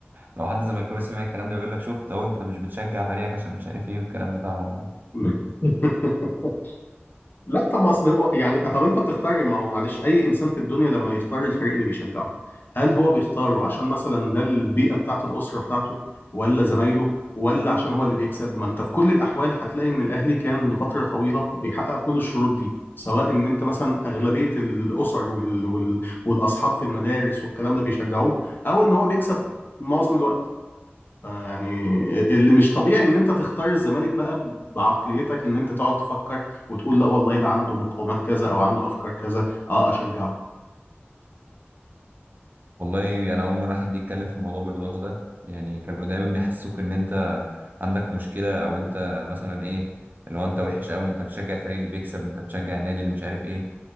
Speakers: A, on the right (about 45°); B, on the left (about 50°).
A: لو حد زملكاوي سمع الكلام ده يقول لك شفت اهو انت مش بتشجع فريقك عشان مش عارف ايه والكلام بتاعهم ده
B: <laughs> لا طب ما اصل هو- يعني طب انت بتختار ما هو معلش اي انسان في الدنيا لما يختار الفريق اللي بيشجعه هل هو بيختاره عشان مثلا ده البيئه بتاعته الاسره بتاعته ولا زمايله ولا عشان هو اللي بيكسب ما انت في كل الاحوال هتلاقي ان الاهلي كان لفتره طويله بيحقق كل الشروط دي سواء ان انت مثلا اغلبيه الاسر وال... وال... والاصحاب في المدارس والكلام ده بيشجعوه او ان هو بيكسب معظم الوقت فيعني اللي مش طبيعي ان انت تختار الزمالك بقى بعقليتك ان انت تقعد تفكر وتقول لا والله ده عنده مقومات كذا او عنده افكار كذا اه اشجعه
A: والله انا اول مره حد يتكلم في الموضوع بالوضوح ده يعني كانوا دايما بيحسوك ان انت عندك مشكله او انت مثلا ايه اللي هو انت وحش قوي انت بتشجع الفريق اللي بيكسب انت بتشجع النادي اللي مش عارف ايه